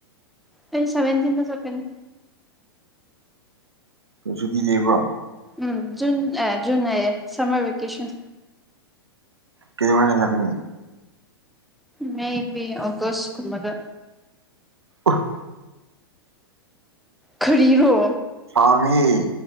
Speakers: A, in the centre; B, on the right.
A: ꯑꯩ ꯁꯕꯦꯟꯇꯤꯟꯗ ꯆꯠꯀꯅꯤ
B: ꯀ ꯁꯨꯇꯤ ꯂꯩꯕ꯭ꯔꯣ
A: ꯎꯝ ꯖꯨꯟ ꯑꯦ ꯖꯨꯟ ꯑꯌꯦ ꯁꯃꯔ ꯚꯦꯀꯦꯁꯟ
B: ꯀꯩꯗꯧꯉꯩ ꯍꯜꯂꯛꯀꯅꯤ
A: ꯃꯦ ꯒꯤ ꯑꯣꯒꯁ ꯀꯨꯝ ꯕꯗ
B: ꯑꯍ
A: ꯈꯔꯤꯔꯣ
B: ꯐꯥꯉꯤ